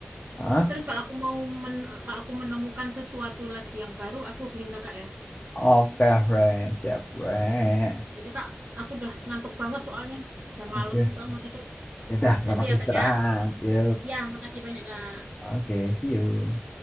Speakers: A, on the left (about 25°); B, on the right (about 65°).
A: ah,
B: Terus kalau aku mau men kalau aku menemukan sesuatu lagi yang baru, aku hubungin Kakak ya.
A: oke Re, siap Re.
B: Ya. Jadi Kak, aku udah ngantuk banget soalnya. Udah
A: Oke,
B: malam juga mau tidur.
A: ya udah selamat
B: Jadi ya
A: istirahat.
B: Kak ya.
A: Yo,
B: Ya, makasih banyak Kak.
A: oke, see you.